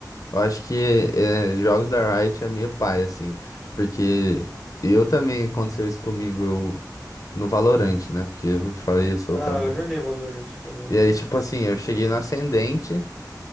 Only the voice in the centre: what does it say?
Ah,
eu
joguei Valorant também.